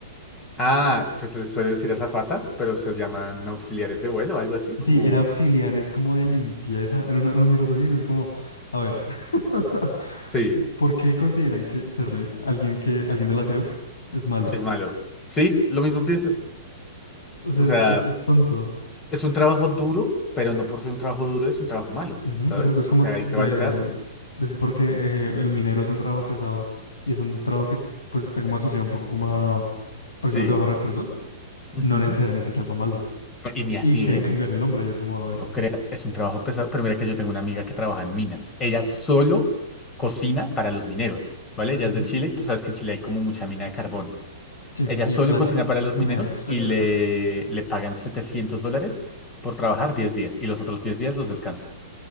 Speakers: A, on the left; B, on the left.
A: Ah, pues se les puede decir azafatas, pero se llaman auxiliares de vuelo, algo así, como...
B: Sí, era auxiliares como de limpieza. Era una, una mierda así, no es como... A ver. <laughs>
A: Sí,
B: ¿Por qué consideran que ser alguien que alguien del aseo es malo?
A: es malo. Sí, lo mismo pienso.
B: O sea,
A: O sea,
B: es, es- es tonto.
A: es un trabajo duro, pero no por ser un trabajo duro es un trabajo malo,
B: Ujú,
A: ¿sabes?
B: exacto, es
A: O
B: como
A: sea, hay
B: de
A: que valorarlo.
B: decir porque eh, el minero es un trabajo pesado y es un trabajo que pues está como asociado un poco como a personas
A: Sí.
B: de bajos recursos,
A: Ujú.
B: no necesariamente es algo malo.
A: Y ni así,
B: Y quieren
A: ¿eh?
B: cambiar el nombre y es como, a ver.
A: No creas, es un trabajo pesado. Pero mira que yo tengo una amiga que trabaja en minas. Ella solo cocina para los mineros, ¿vale? Ella
B: ujú,
A: es de Chile y tú sabes que en Chile hay como mucha mina de carbón.
B: Sí,
A: Ella
B: y
A: solo
B: de plata,
A: cocina para los
B: también
A: mineros
B: hay el resto
A: y
B: de plata.
A: le, le pagan 700 dólares por trabajar 10 días y los otros 10 días los descansa.